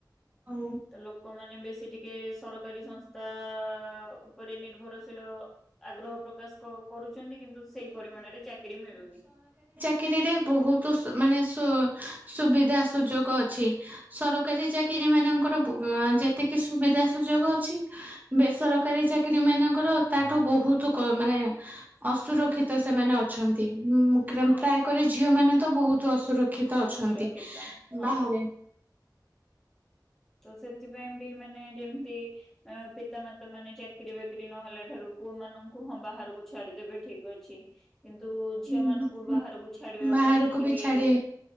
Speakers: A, on the right (about 25°); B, in the centre.
A: ହଁ
B: ତ ଲୋକମାନେ ବେଶୀ ସେ ଟିକେ ସରକାରୀ ସଂସ୍ଥା ଉପରେ ନିର୍ଭରଶୀଳ ଆଗ୍ରହ ପ୍ର ବାସ୍ କ କରୁଛନ୍ତି କିନ୍ତୁ ସେଇ ପରିମାଣରେ ଚାକିରୀ ମିଳୁନି।
A: ଚାକିରୀ ରେ ବୋହୁତ୍ ମାନେ ସ ସୁବିଧା ସୁଯୋଗ ଅଛି। ସରକାରୀ ଚାକିରୀ ମାନଙ୍କର ବୋହୁ ଯେତିକି ସୁବିଧା ସୁଯୋଗ ଅଛି। ବେସର କାରି ଚାକିରୀ ମାନଙ୍କର ତାଠୁ ବୋହୁତ୍ କମ୍ ମାନେ ଅସୁରକ୍ଷିତ ସେମାନେ ଅଛନ୍ତି। ତ୍ତୀ ମୁଁ କ୍ରୟଏମ୍
B: ହଁ।
A: ପ୍ରାୟ କରୀ ଝିଅ ମାନେ ତ ବହୁତ୍ ଦଶରେ ଶିକ୍ଷିତ ଅଛନ୍ତି
B: ଅସୁରକ୍ଷିତ ହଁ
A: ବାହାରେ
B: ତ ସେଥିପାଇଁ ବି ମାନେ ଯେମତି ପିତାମାତା ମାନେ ଚାକିରୀ ବାକିରି ନହଲେ ଠାରୁ ପୁଅ ମାନଙ୍କୁ ହଁ ବାହାରକୁ ଛାଡିଦେବେ ଠିକ୍ ଅଛି। କିନ୍ତୁ ଝିଅ
A: ଉଁ
B: ମାନଙ୍କୁ ବାହାରକୁ ଛାଡିବା
A: ବାହାରକୁ
B: ପାଇଁ ଟିକେ
A: ବି ଛାଡି